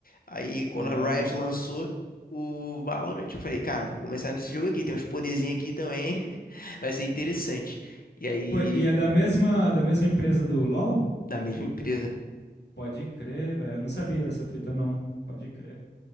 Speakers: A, on the left; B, on the left.
A: Aí quando
B: LOL.
A: a Riot lançou o Valorant, eu falei, cara, vou começar nesse jogo aqui. Tem uns poderzinhos aqui também. <laughs> Vai ser interessante. E aí,
B: Pô, e é da mesma, da mesma empresa do LOL?
A: da mesma empresa.
B: Pode crer, velho. Eu não sabia dessa fita, não. Pode crer.